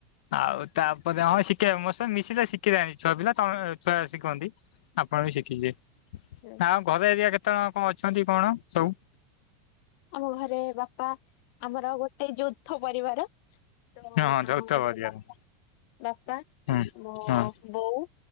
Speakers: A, on the left; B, on the left.
A: ଆଉ ତାପରେ, ହଁ ଶିଖେଇ ମୋ ସ ମିଶିଲେ ଶିଖି ଯାଆନ୍ତି ଛୁଆ ପିଲା, ତମେ ଛୁଆ ଶିଖନ୍ତି। ଆପଣ ବି ଶିଖିଯିବେ।
B: ହୁଁ।
A: ଆଉ ଘର ଏରିଆ କେତେ ଅଣ କଣ ଅଛନ୍ତି କଣ ସବୁ?
B: ଆମ ଘରେ ବାପା, ଆମର ଗୋଟେ ଯୌଥ ପରିବାର। ତ
A: ହଁ
B: ଆମ
A: ଯୌଥ
B: ଘରେ
A: ପରିବାର
B: ବାପା,
A: ହୁଁ
B: ବାପା
A: ହଁ
B: ମୋ
A: ହୁଁ
B: ବୋଉ,